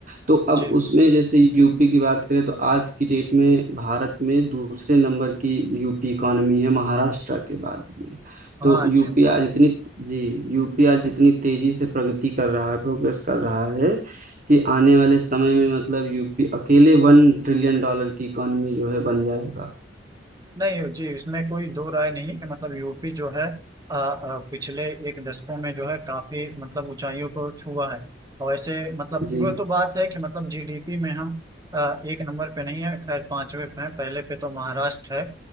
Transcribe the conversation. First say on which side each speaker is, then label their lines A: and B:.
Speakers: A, on the right (about 40°); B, on the right (about 20°).
A: तो अब
B: जी
A: उसमें जैसे यूपी की बात करें तो आज की डेट में भारत में दूसरे नंबर की यूपी इकॉनमी है महाराष्ट्र के बाद में
B: हाँ
A: तो यूपी
B: जी
A: आज इतनी जी यूपी आज इतनी तेजी से प्रगति कर रहा है प्रोग्रेस कर रहा है कि आने वाले समय में मतलब यूपी अकेले वन ट्रिलियन डॉलर की इकॉनमी जो है बन जाएगा
B: नहीं हो जी इसमें कोई दो राय नहीं है कि मतलब यूपी जो है अ, अ, पिछले एक दशकों में जो है काफी मतलब ऊंचाइयों को छुआ है और ऐसे मतलब
A: जी
B: वो
A: जी
B: तो बात है कि मतलब जीडीपी में हम अ, एक नंबर पे नहीं है खैर पांचवे पे हैं पहले पे तो महाराष्ट्र है